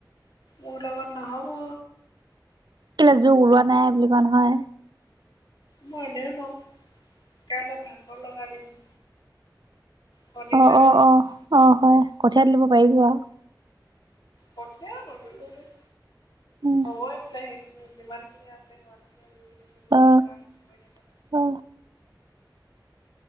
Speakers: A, on the left (about 70°); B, on the right (about 70°).
A: মোৰ লগত নহ'ব
B: কেলে জোক ওলোৱা নাই বুলি কোৱা নহয়।
A: মই এনেও নোৱাৰোং কাইলে ভাগৰ লগা দিন শনিবাৰ
B: অ
A: দিনটো
B: অ অ অ হয়। কঠিয়াত লব পাৰিবি বাও।
A: কঠিয়াও নুতুলো দেই,
B: উম
A: হবই বোলে সেইখিনি যিমান খিনি আছে সিমান খিনি। ত
B: অ
A: আ <unintelligible>
B: অ